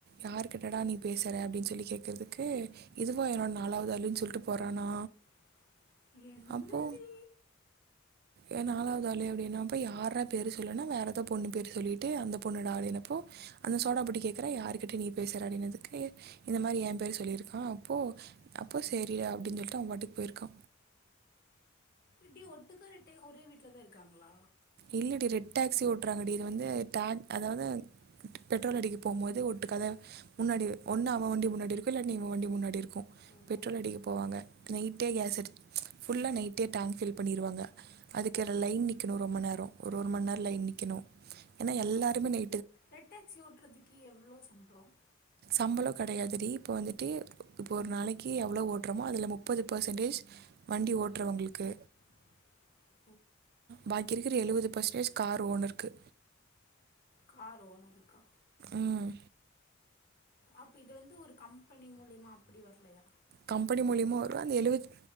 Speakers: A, on the right; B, on the left.
A: யாரு கிட்ட டா நீ பேசுற அப்டின்னு சொல்லி கேக்குறதுக்கு இதுவா என்னோ நாலாவது அலினு சொல்ட்டு போறானா
B: <inaudible> என்னடி
A: அப்போ ஏ நாலாவது ஆளு அப்டின்னாப்ப யார்ரா பேரு சொல்லுனா வேற ஏதோ பொண்ணு பேரு சொல்லிட்டு அந்த பொண்ணுடா அப்டினப்போ அந்த சோடா புட்டி கேக்குறா யாருகிட்ட நீ பேசற அடினதுக்கு இந்த மாரி என் பேரு சொல்லிருக்கா அப்போ அப்போ சேரி அப்டினு சொல்ட்டு அவன் பாட்டுக்கு போயிருக்கா
B: இப்டி ஒட்டுக்காரெட்டே ஒரே வீட்லதா இருக்காங்ளா
A: இல்லடி ரெட் டாக்ஸி ஓட்றாங்கடி இது வந்து டாங் அதாவது பெட்ரோல் அடிக்கு போம்போது ஒட்டுக்காதா முன்னாடி ஒன்னு அவன் வண்டி முன்னாடி இருக்கு இல்ல நீ இவ வண்டி முன்னாடி இருக்கு
B: ஓ
A: பெட்ரோல் அடிக்க போவாங்க நைட்டே கேஸெடு ஃபுல்லா நைட்டே டேங்க் ஃபில் பண்ணிருவாங்க அதுக்கேர
B: ஓ
A: லைன் நிக்கணு ரொம்ப நேர ஒரு ஒரு மண்
B: ஓ
A: நேர லைன் நிக்கணு ஏனா
B: ஆ
A: எல்லாருமே நை
B: ரெட் டாக்சி ஓட்றதுக்கு எவ்ளோ சம்பளம்
A: சம்பளம் கெடயாதுடி இப்போ வந்துட்டு இப்போ ஒரு நாளைக்கு எவ்ளோ ஓட்றோமோ அதுல முப்பது பெர்சன்டேஜ் வண்டி ஓட்றவுங்களுக்கு
B: <inaudible>
A: பாக்கி இருக்குற எழுவது பெர்சன்டேஜ் கார் ஓனருக்கு
B: காரு ஓனருக்கா
A: ம்
B: அப் இது வந்து ஒரு கம்பெனி மூலியமா அப்டி வரலயா
A: கம்பனி மூலியமா வரு அந்த எழுவது